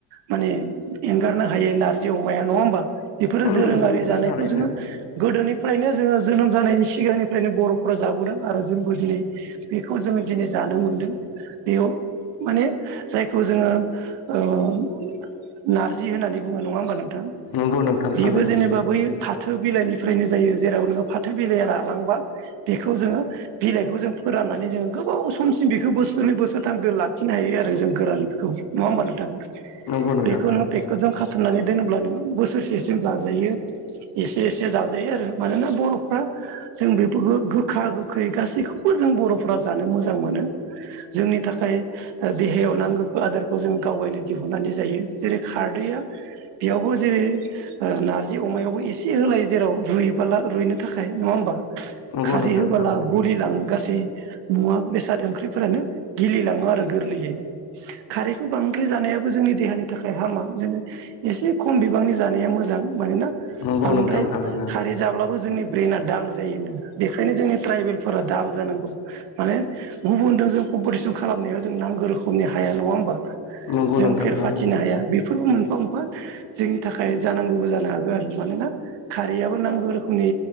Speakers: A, on the right; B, on the left.
A: माने एंगारनो हायै नार्जि अमाया नङा होमबा? बेफोरो दोरोङारि
B: नंगौ नोंथां
A: जानायखौ
B: थारैनो
A: जोङो गोदोनिफ्रायनो जोङो जोनोम जानायनि सिगांनिफ्रायनो बर'फोरा जाबोदों आरो जोंबो दिनै बेखौ जोङो बिदिनो जानो मोनदों। बेयाव माने जायखौ जोङो ओम नार्जि होननानै बुङो नङा होमबा नोंथां
B: नंगौ नोंथां
A: बेबो
B: थारैनो
A: जेनेबा बै फाथो बिलाइनिफ्रायनो जायो जेराव नोङो फाथो बिलाइया रालांबा बेखौ जोङो बिलाइखौ जों फोराननानै जों गोबाव समसिम बेखौ बोसोरनै बोसोरथामबो लाखिनो हायो आरो जों गोरानखौ नङा होमबा नोंथां?
B: नंगौ नोंथां
A: बेखौ
B: थारैनो
A: नोङो पेकेटजों खाथुमनानै दोनोब्ला नोङो बोसोरसेसिम जाजायो। एसे एसे जाजायो आरो मानोना बर'फ्रा जों बेबो गोखा गोखै गासैब खौबो जों बर'फोरा जानो मोजां मोनो। जोंनि थाखाय ओ देहायाव नांगोखो आदारखौ जों गावगायनो दिहुननानै जायो जेरै खारदै <unintelligible> बेयावबो जेरै ओ नार्ज जि अमायावबो एसे होलायो जेराव रुइबोला रुइनो थाखाय नङा होमबा?
B: नंगौ
A: खारै
B: नोंथां
A: होबोला
B: थारैनो
A: गुलिलाङो गास सै मुवा बेसाद ओंख्रिफोरानो गिलिलाङो आरो गोरलैैयै खारैखौ बांद्राय जानायाबो जोंनि देहानि थाखाय हामा जों एसे खम बिबांनि जानाया मोजां। मानोना
B: नंगौ
A: बांद्राय
B: नोंथां थारैनो
A: खारै जाब्लाबो जोंनि ब्रेना दाल जायोनो बेखायनो जोंनि ट्राइबेल फोरा दाल जानांगौ माने गुबुनदों जों कम्पटिसन खालामनाया जों नांगो रोखोमनि हाया नङा होमबा
B: नंगौ
A: जों
B: नोंथां
A: फेर फाथिनो
B: थारैनो
A: हाया बेफोरबो मोनफा मोनफा जोंनि थाखाय जानांगौबो जा जानो हागो आरो मानोना खारैयाबो नांगो रोखोमनि